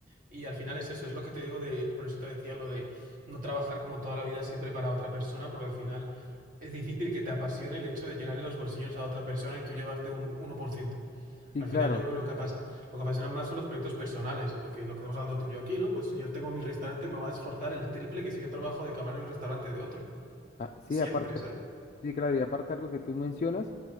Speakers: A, on the right (about 45°); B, on the left (about 40°).
A: Y al final es eso, es lo que te digo de, por eso te decía lo de no trabajar como toda la vida siempre para otra persona, porque al final es difícil que te apasione el hecho de llenarle los bolsillos a otra persona y tú llevarte un uno por ciento
B: sí,
A: al
B: claro.
A: final yo creo que lo que, apas- lo que apasiona más son los proyectos personales, lo que, lo que estamos hablando tú y yo aquí, ¿no? Pues si yo tengo mi restaurante me va a esforzar el triple que si yo trabajo de camarero en el restaurante de otro.
B: Ah, sí,
A: Siempre,
B: aparte,
A: ¿sabes?
B: sí, claro, y aparte algo que tú mencionas.